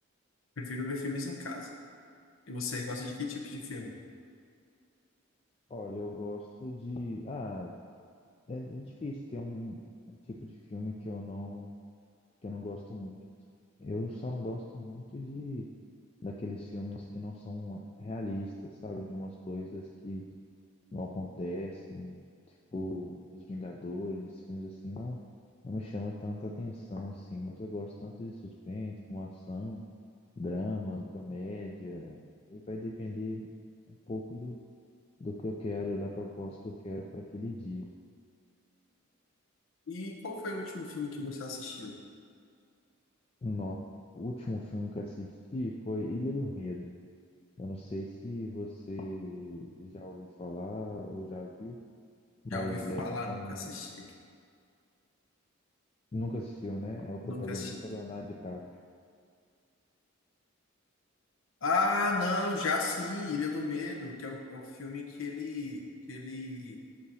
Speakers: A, on the left; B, on the left.
A: Prefiro ver filmes em casa. E você gosta de que tipo de filme?
B: Olha, eu gosto de. Ah, é é difícil ter um, um tipo de filme que eu não, que eu não gosto muito. Eu só não gosto muito de daqueles filmes que não são realistas, sabe? De umas coisas que não acontecem, tipo Os Vingadores, filmes assim, não, não me chama tanta atenção assim, mas eu gosto tanto de suspense, como ação, drama, comédia, e vai depender um pouco do, do que eu quero, da proposta que eu quero para aquele dia.
A: E qual foi o último filme que você assistiu?
B: Nó. O último filme que assisti foi Ilha do Medo. Eu não sei se você já ouviu falar ou já viu, mas
A: Já ouvi falar,
B: é com.
A: nunca assisti.
B: Nunca assistiu, né? É o protagonista
A: Nunca assisti.
B: o Leonardo DiCaprio.
A: Ah, não, já sim, Ilha do Medo, que é o, é o filme que ele, que ele